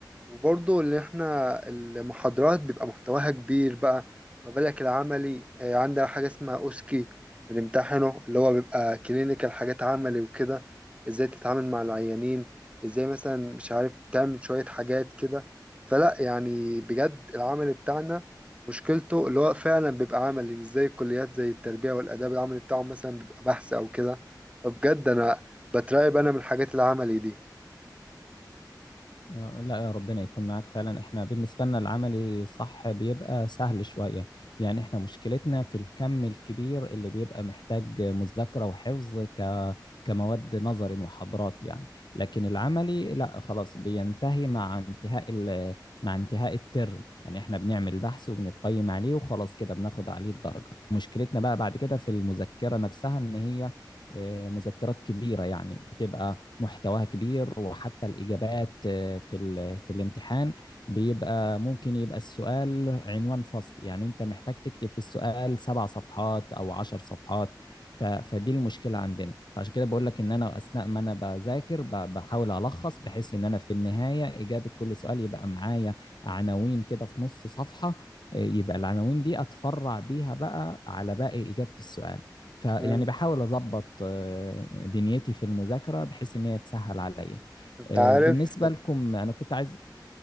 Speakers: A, on the right (about 15°); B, on the left (about 75°).
A: وبرضه اللي احنا المحاضرات بيبقى محتواها كبير بقى ما بالك العملي آه، عندها حاجة اسمها أوسكي بنمتحنه اللي هو بيبقى كلينيكال حاجات عملي وكده ازاي تتعامل مع العيانين ازاي مثلا مش عارف تعمل شوية حاجات كده فلا يعني بجد العمل بتاعنا مشكلته اللي هو فعلا بيبقى عملي مش زي الكليات زي التربية والآداب العملي بتاعهم مثلا بيبقى بحث أو كده فبجد أنا بترعب أنا من الحاجات العملي دي
B: آه، لا ربنا يكون معاك فعلا احنا بالنسبة لنا العملي صح بيبقى سهل شوية يعني احنا مشكلتنا في الكم الكبير اللي بيبقى محتاج مذاكرة وحفظ ك... كمواد نظري محاضرات يعني لكن العملي لا خلاص بينتهي مع انتهاء ال... مع انتهاء الترم يعني احنا بنعمل بحث وبنتقيم عليه وخلاص كده بناخد عليه الدرجة مشكلتنا بقى بعد كده في المذكرة نفسها ان هي آه، مذكرات كبيرة يعني بتبقى محتواها كبير وحتى الإجابات آه، في ال- في الامتحان بيبقى ممكن يبقى السؤال عنوان فصل يعني أنت محتاج تكتب في السؤال سبع صفحات أو عشر صفحات ف- فدي المشكلة عندنا فعشان كده بقول لك إن أنا أثناء ما أنا بذاكر ب- بحاول ألخص بحيث إن أنا في النهاية إجابة كل سؤال يبقى معايا عناوين كده في نص صفحة آه، يبقى العناوين دي اتفرع بيها بقى على باقي اجابه السؤال فيعني
A: مم.
B: بحاول اظبط آه، دنيتي في المذاكره بحيث ان هي تسهل عليا
A: انت
B: آه،
A: عارف
B: بالنسبه لكم انا كنت عايز